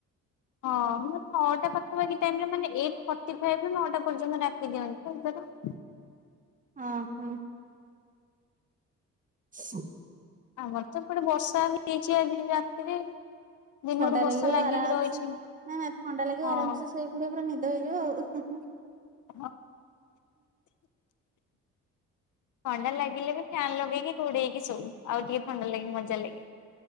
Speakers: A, on the left; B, on the right.
A: ହଁ ମାନେ ନଅଟା ପାଖାପାଖି ଟାଇମରେ ମାନେ ଏଇଟଫଟିଫାଇଭ ରୁ ନଅଟା ପର୍ଯ୍ୟନ୍ତ ଡାକିଦିଅନ୍ତି
B: ଅ ହଁ। <unintelligible>
A: ଆମର ତ ଏପଟେ ବର୍ଷା ହେଯାଇଛି ଆଜି ରାତିରେ ଦିନରୁ
B: ଥଣ୍ଡା
A: ବର୍ଷା
B: ଲାଗିବ
A: ଲାଗିକି
B: ଆରାମସେ
A: ରହିଛି
B: ନା ନା ଥଣ୍ଡା ଲାଗିବ
A: ହଁ।
B: ଆରାମସେ ଶୋଇପଡିବ ପୁରା ନିଦ ହେଇଯିବ ଆଉ
A: ହଁ ଥଣ୍ଡା ଲାଗିଲେ ବି ଫ୍ୟାନ୍ ଲଗେଇକି ଘୋଡେଇକି ଶୋଉ ଆଉ ଟିକେ ଥଣ୍ଡା ଲାଗେ ମଜା ଲାଗେ।